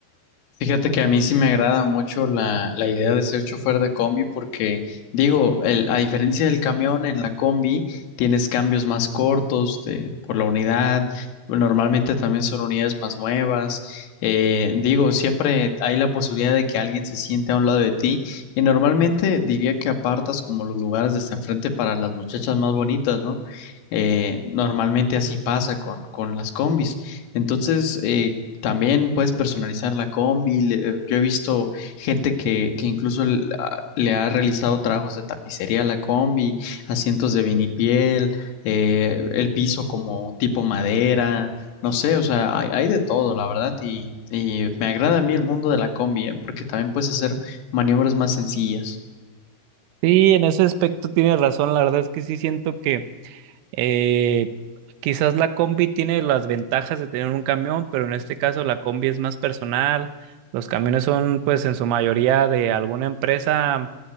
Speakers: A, on the left; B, on the right.
A: Fíjate que a mí sí me agrada mucho la, la idea de ser chofer de combi porque, digo, el- a diferencia del camión, en la combi tienes cambios más cortos de- por la unidad, normalmente también son unidades más nuevas, eh, digo, siempre hay la posibilidad de que alguien se siente a un lado de ti y normalmente diría que apartas como los lugares de hasta enfrente para las muchachas más bonitas, ¿no? Eh, normalmente así pasa con, con las combis. Entonces, eh, también puedes personalizar la combi. le- yo he visto gente que, que incluso l- a- le ha realizado trabajos de tapicería a la combi, asientos de vinipiel, eh, el piso como tipo madera. No sé, o sea, hay, hay de todo, la verdad, y, y me agrada a mí el mundo de la combi, ¿eh? Porque también puedes hacer maniobras más sencillas.
B: Sí, en ese aspecto tienes razón, la verdad es que sí siento que Eh, quizás la combi tiene las ventajas de tener un camión, pero en este caso la combi es más personal. Los camiones son pues en su mayoría de alguna empresa